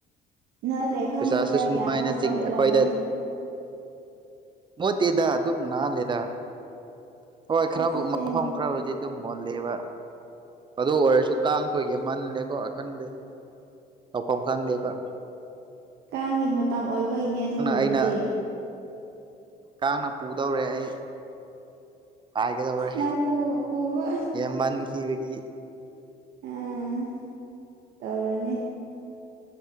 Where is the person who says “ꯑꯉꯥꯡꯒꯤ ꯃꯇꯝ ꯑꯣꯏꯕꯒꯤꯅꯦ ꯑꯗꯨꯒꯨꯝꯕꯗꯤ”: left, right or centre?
Right